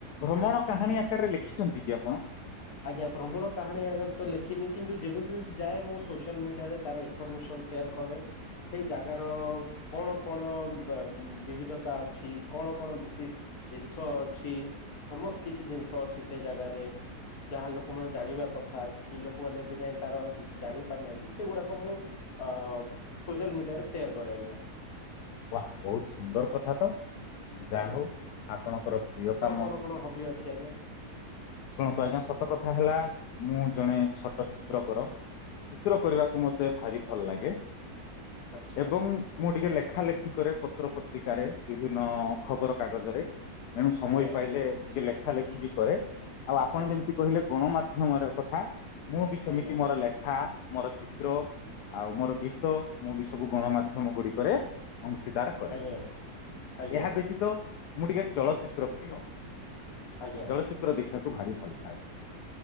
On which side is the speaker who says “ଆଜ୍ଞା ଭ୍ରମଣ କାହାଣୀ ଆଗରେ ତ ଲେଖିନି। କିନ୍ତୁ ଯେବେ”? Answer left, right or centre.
Left